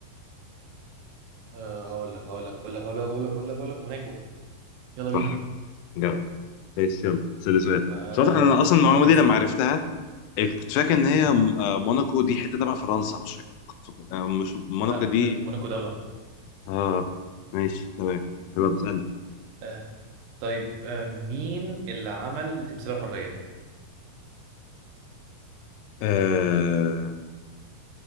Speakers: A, on the right; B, on the left.
A: آه هقول لك هقول لك هقول لك هقول لك هقول لك هقول لك هقول لك موناكو يلا
B: صح
A: بينا
B: جرب ايش يلا سأل سؤال
A: آه
B: بس أصلاً
A: لو
B: انا
A: كان
B: اصلا
A: س...
B: المعلومه
A: لو كان
B: دي
A: سيتي
B: لما عرفتها
A: ك-
B: إيه، كنت فاكر ان هي
A: مم.
B: م- آه، موناكو دي حته تبع فرنسا مش فاكر كنت فاكر- آه، مش موناكو
A: لا
B: دي
A: موناكو موناكو دولة
B: اه ماشي تمام يلا تسألني
A: آه طيب آه مين اللي عمل تمثال الحرية؟
B: آه